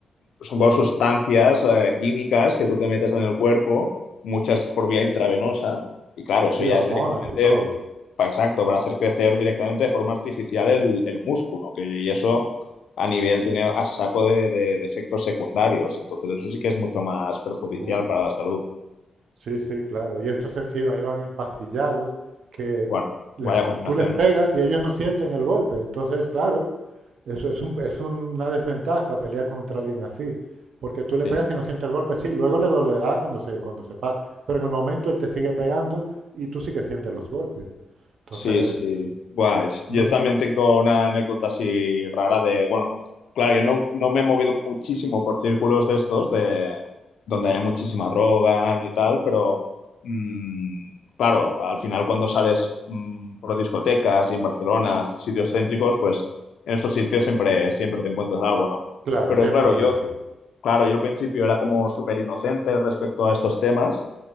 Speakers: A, on the left; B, on the right.
A: son como sustancias eh, químicas que tú te metes en el cuerpo, muchas por vía intravenosa, y claro, eso
B: Sí,
A: ya
B: hormonas
A: es directamente,
B: y todo.
A: pa- exacto, para hacer crecer directamente de forma artificial el, el músculo, que, y eso a nivel tiene a saco de, de- de efectos secundarios, entonces eso sí que es mucho más perjudicial
B: Uf.
A: para la salud.
B: Sí, sí, claro. Y estos encima iban empastillados, que
A: Bueno,
B: les-
A: vaya combinación.
B: tú les pegas y ellos no sienten el golpe. Entonces, claro, eso es un- es una desventaja pelear contra alguien así, porque tú le
A: Sí,
B: pegas y no siente el golpe. Sí, luego le dolerá cuando se, cuando se pasa, pero en el momento él te sigue pegando y tú sí que sientes los golpes. Entonces,
A: Sí, sí. Guay. Yo
B: no, s-
A: también tengo una anécdota así rara de, bueno, claro, yo no, no me he movido muchísimo por círculos de estos, de donde haya muchísima droga y tal, pero mm, claro, al final cuando sales mm, por discotecas y en Barcelona, sitios céntricos, pues en estos sitios siempre, siempre te encuentras algo, ¿no?
B: claro,
A: Pero
B: siempre
A: claro,
B: habrá
A: yo,
B: así.
A: claro, yo al principio era como súper inocente respecto a estos temas.